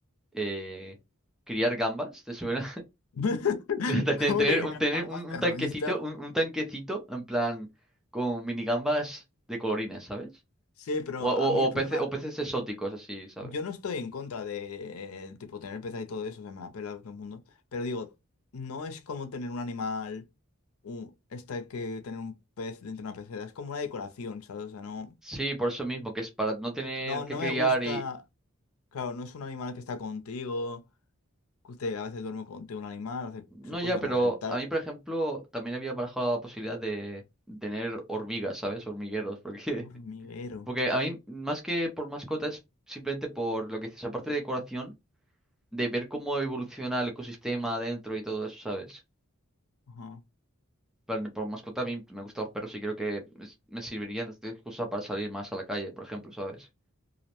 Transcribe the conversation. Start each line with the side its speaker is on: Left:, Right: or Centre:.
Centre: eh, criar gambas, ¿te suena?
Left: <laughs>
Centre: <laughs> De Tener,
Left: ¿Cómo
Centre: tener
Left: que quedar
Centre: un, tener un,
Left: más
Centre: un
Left: terrorista?
Centre: tanquecito, un, un tanquecito en plan con minigambas de colorines, ¿sabes?
Left: Sí, pero
Centre: O, o,
Left: a mí el
Centre: o,
Left: problema...
Centre: pece- o peces exóticos, así, ¿sabes?
Left: Yo no estoy en contra de, eh, tipo, tener peces y todo eso, se me la pela todo el mundo. Pero digo, no es como tener un animal, u- esta que tener un pez dentro de una pecera, es como una decoración, ¿sabes? O sea, no,
Centre: Sí, por eso mismo, que es para no tener
Left: no,
Centre: que
Left: no
Centre: criar
Left: me gusta,
Centre: y...
Left: claro, no es un animal que está contigo, que usted a veces duerme contigo un animal, hace
Centre: No
Left: sus cosas
Centre: ya, pero
Left: ¿no? El tal
Centre: a mí, por ejemplo, también había barajado la posibilidad de tener hormigas, ¿sabes? Hormigueros, porque...
Left: hormiguero.
Centre: <laughs> Porque a mí, más que por mascotas, simplemente por lo que dices, aparte de decoración, de ver cómo evoluciona el ecosistema adentro y todo eso, ¿sabes?
Left: Ajá.
Centre: Plan, Por mascota a mí me gustan los perros y creo que me me servirían de excusa para salir más a la calle, por ejemplo, ¿sabes?